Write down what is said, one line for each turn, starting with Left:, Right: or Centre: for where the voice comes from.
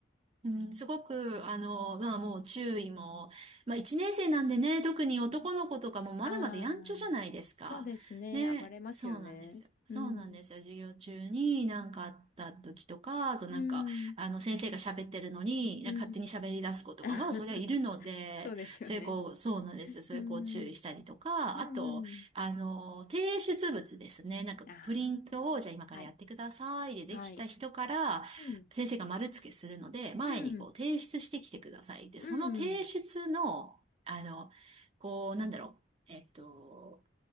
Right: うん、すごく、あの、まあもう注意も、まあ一年生なんでね、特に男の子とかもまだまだやんちゃじゃないですか。
Left: ああ、そうですね。
Right: ね、
Left: 暴れますよね。
Right: そうなんですよ。そうなんですよ。
Left: うん。
Right: 授業中に何かあった時とか、あとなんか、
Left: うん。
Right: あの先生が喋ってるのに、
Left: うん。
Right: なんか勝手に喋り出す子とかも、
Left: <laughs>
Right: そりゃいるので、
Left: そうですよね。
Right: そういう子、そうなんですよ。そういう子を注意したりとか、
Left: うん。うんうん。
Right: あと、あの、提出物ですね。なんかプリントを、
Left: あ
Right: じゃあ今からやってくださいでできた人から、
Left: あ、はい。はい。うん。
Right: 先生が丸付けするので、前にこう提出してきてください。
Left: うん。
Right: で、
Left: うん。
Right: その提出の、あの、こう、なんだろう、えっと、